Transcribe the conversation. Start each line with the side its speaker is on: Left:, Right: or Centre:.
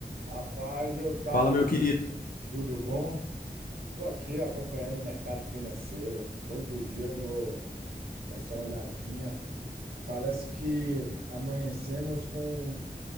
Right: Rapaz, eu tava.
Left: Fala, meu querido.
Right: Tudo bom? Tô aqui acompanhando o mercado financeiro. Todo dia eu dou essa olhadinha. Parece que amanhecemos com